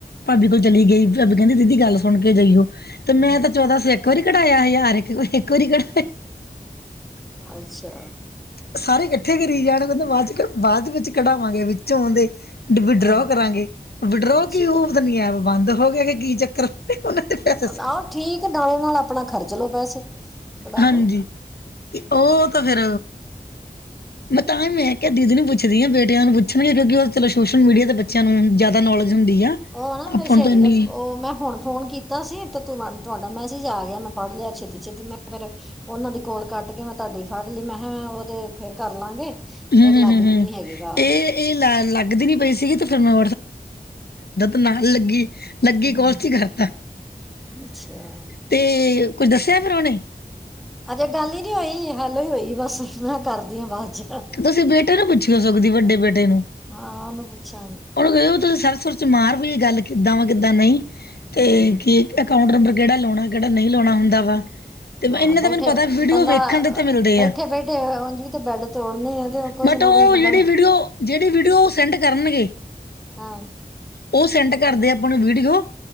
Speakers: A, on the left; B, in the centre.
A: ਭਾਬੀ ਕੋਲ ਚਲੀ ਗਈ ਬ ਕਹਿੰਦੀ ਦੀਦੀ ਗੱਲ ਸੁਣ ਕੇ ਜਾਈਓ ਤੇ ਮੈਂ
B: ਆ ਹਾਂ
A: ਤਾਂ ਚੌਦਾਂ ਸੌ ਇੱਕ ਵਾਰੀ ਕਢਾਇਆ ਸੀ ਯਾਰ ਇੱਕ ਵਾਰੀ ਕਟ
B: ਅੱਛਾ
A: ਸਾਰੇ ਕੱਟ ਕਿੱਥੇ ਕਰੀ ਜਾਣਗੇਦੇ ਬਾਅਦ ਚ ਬਾਅਦ ਵਿੱਚ ਕਢਾਵਾਂਗੇ ਵਿੱਚੋਂ ਦੇ ਵਿਡਰੋ
B: ਹੂੰ
A: ਕਰਾਂਗੇ ਵਿਡਰੋ
B: ਅੱਛਾ
A: ਕੀ ਉ ਨ ਹੈ ਬੰਦ ਹੋ ਗਿਆ ਕਿ ਕੀ ਚੱਕਰ ਉਹਨਾਂ ਦੇ ਪੈਸੇ
B: ਆਹੋ ਠੀਕ ਨਾਲੋਂ ਨਾਲ ਆਪਣਾ ਖਰਚ ਲੋੋ ਪੈਸੇ ਕਢਾ
A: ਹਾਂਜੀ
B: ਲਓ
A: ਤੇ ਉਹ ਤਾਂ ਫੇਿਰ ਮੈਂ ਤਾਂ ਹੀ ਮੈਂ ਕਿਹਾ ਦੀਦੀ ਨੂੰ ਪੁੱਛਦੀ ਹਾਂ ਬੇਟਿਆਂ ਨੂੰ ਪੁੱਛਣਗੇ ਕਿਉਂਕਿ ਉਹ ਚਲੋ ਸੋਸ਼ਲ ਮੀਡੀਆ ' ਬੱਚਿਆਂ ਨੂੰ ਜ਼ਿਆਦਾ ਨੌਲੇਜ ਹੁੰਦੀ ਆ
B: ਉਹ ਨਾ ਮੇਰੀ
A: ਆਪਾਂ
B: ਸਹੇਲੀ
A: ਨੂੰ ਤਾਂ ਇੰਨੀ
B: ਦਾ ਉਹ ਮੈਂ ਹੁਣ ਫੋਨ ਕੀਤਾ ਤਾਂ ਅਸੀਂ ਤਾਂ ਤੂੰ ਮ ਤੁਹਾਡਾ ਮੈਸੇਜ ਆ ਗਿਆ ਮੈਂ ਪੜ੍ਹ ਲਿਆ ਛੇਤੀ ਛੇਤੀ ਮੈਂ ਫਿਰ ਉਹਨਾਂ ਦੀ ਕੋਲ ਕੱਟ ਕੇ ਮੈਂ ਤੁਹਾਡੀ ਫੜ ਲਈ ਮੈਂ ਕਿਹਾ ਉਹ ਤੇ ਫੇਰ ਕਰ ਲਾਂਗੇ
A: ਹਮ
B: ਫਿਰ
A: ਹਮ
B: ਲੱਗਦੀ
A: ਹਮ ਹਮ
B: ਨਹੀਂ ਹੈਗੀ ਗਾਲ
A: ਇਹ ਇਹ ਲ ਲੱਗਦੀ ਨੀ ਪਈ ਸੀਗੀ ਤੇ ਫਿਰ ਮੈਂ ਨਾਲ ਲੱਗੀ ਲੱਗੀ
B: ਹੂੰ
A: ਕੋਹਲ ਸੀ ਕਰਤਾ
B: ਅੱਛਾ
A: ਤੇ ਕੁੱਝ ਦੱਸਿਆ ਫਿਰ ਉਹਨੇ
B: ਅਜੇ ਗੱਲ ਹੀ ਨੀ ਹੋਈ ਹੈਲੋਈ ਹੋਈ ਬਸ ਮੈਂ ਕਰਦੀ ਹ ਬਾਵਾਜ਼ ਚ
A: ਤੁਸੀਂ ਬੇਟੇ ਨੂੰ ਪੁੱਛੀ ਹੋ ਸਕਦੀ ਵੱਡੇ ਬੇਟੇ ਨੂੰ
B: ਆਨ ਕੁਛਣ
A: ਉਹਨੂੰ ਕ ਤੁਸੀਂ ਸਰਸੁਰ ਚ ਮਾਰ ਵੀ ਗੱਲ ਕਿੱਦਾਂ ਵਾ ਕਿੱਦਾਂ ਨਹੀਂ ਤੇ
B: ਹਾਂ
A: ਕੀ ਅਕਾਊਂਟ ਨੰਬਰ ਕਿਹੜਾ ਲਾਉਣਾ ਕਿਹੜਾ ਨਹੀਂ ਲਾਉਣਾ ਹੁੰਦਾ ਵਾ ਤੇ
B: ਹਾਂ
A: ਇਹਨਾਂ
B: ਬੈਠੇ
A: ਦਾ ਮੈਨੂੰ ਪਤਾ ਵੀਡੀਓ
B: ਬੰਦਾ
A: ਵੇਖਣ ਦੇ ਤਾਂ ਮਿਲਦੇ
B: ਬੈਠੇ
A: ਆ
B: ਬੈਠੇ ਤੇ ਬੈਡ ਤੋੜਨੇ ਆ ਤੇ ਕੁਛ
A: ਬਟ
B: ਨਾ
A: ਉਹ
B: ਕੁਛ ਬੰਦਾ
A: ਜਿਹੜੀ ਵੀਡੀਓ ਜਿਹੜੀ ਵੀਡੀਓ ਉਹ ਸੈਂਡ ਕਰਨਗੇ
B: ਹਾਂ
A: ਉਹ ਸੈਂਡ ਕਰਦੇ ਆਪਾਂ ਨੂੰ ਵੀਡੀਓ